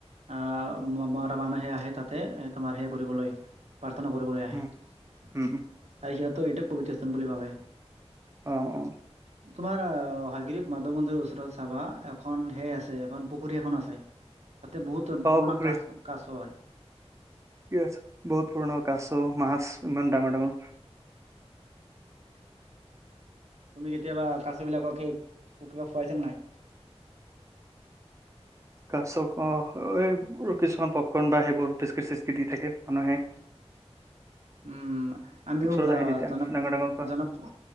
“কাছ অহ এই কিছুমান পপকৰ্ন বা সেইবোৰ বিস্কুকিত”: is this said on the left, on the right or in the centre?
Right